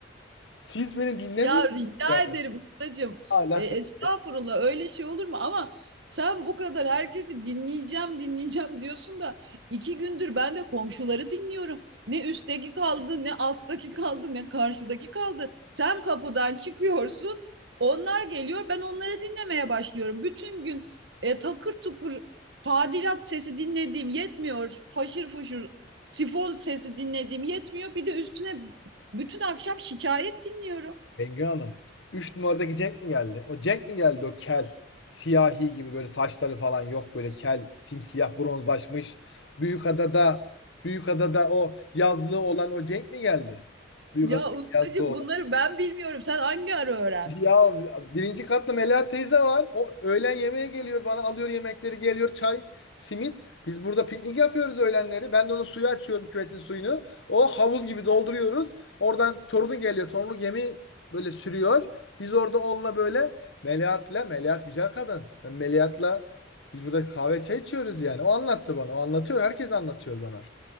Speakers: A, on the left; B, on the right.
A: siz beni dinlemiyorsunuz
B: Ya rica
A: yani.
B: ederim ustacığım.
A: Hala
B: E,
A: söylüyorum.
B: estağfurullah öyle şey olur mu? Ama sen bu kadar herkesi dinleyeceğim dinleyeceğim diyorsun da iki gündür ben de komşuları dinliyorum. Ne üstteki kaldı, ne alttaki kaldı, ne karşıdaki kaldı. Sen kapıdan çıkıyorsun, onlar geliyor, ben onları dinlemeye başlıyorum. Bütün gün e, takır tukur tadilat sesi dinlediğim yetmiyor, faşır fuşur sifon sesi dinlediğim yetmiyor. Bir de üstüne bütün akşam şikayet dinliyorum.
A: Bengü Hanım. üç numaradaki Cenk mi geldi? O Cenk mi geldi o kel? Siyahi gibi böyle saçları falan yok böyle kel, simsiyah, bronzlaşmış. Büyükada'da Büyükada'da o yazlığı olan o Cenk mi geldi? Büyükada'da
B: Ya ustacığım
A: yazlığı olan.
B: bunları ben bilmiyorum. Sen hangi ara öğrendin?
A: Ya birinci katta Melahat teyze var. O öğlen yemeğe geliyor bana alıyor yemekleri geliyor çay, simit. Biz burada piknik yapıyoruz öğlenleri. Ben de onu suyu açıyorum küvetin suyunu. O havuz gibi dolduruyoruz. Oradan torunu geliyor. Torunu gemi böyle sürüyor. Biz orada onunla böyle Melahat'la Melahat güzel kadın. Ben Melahat'la biz burada kahve çay içiyoruz yani. O anlattı bana. O anlatıyor. Herkes anlatıyor bana.